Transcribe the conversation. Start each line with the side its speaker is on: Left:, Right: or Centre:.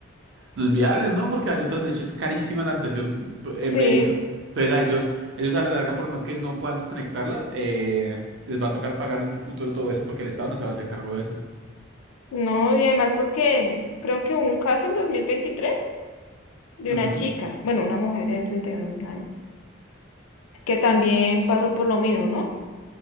Right: los viales, ¿no? Porque hay otras, de hecho, es carísima la atención eh,
Left: Sí,
Right: médica. Entonces a ellos, ellos a la larga, por más que no puedan desconectarla, eh, les va a tocar pagar en un futuro todo eso porque el Estado no se va a hacer cargo de eso.
Left: no, y además porque creo que hubo un caso en 2023 de
Right: Ajá.
Left: una chica, bueno, una mujer ya de 31 años, que también pasó por lo mismo, ¿no?